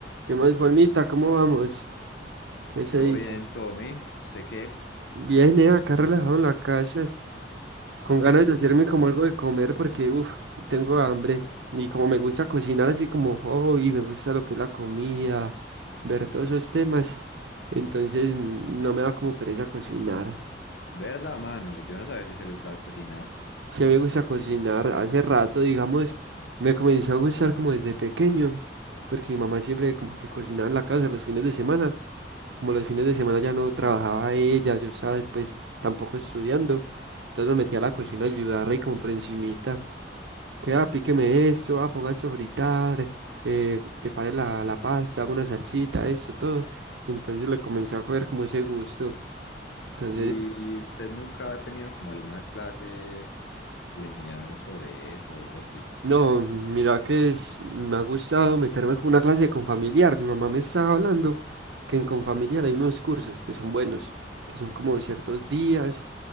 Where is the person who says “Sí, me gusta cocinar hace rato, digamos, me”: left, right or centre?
Right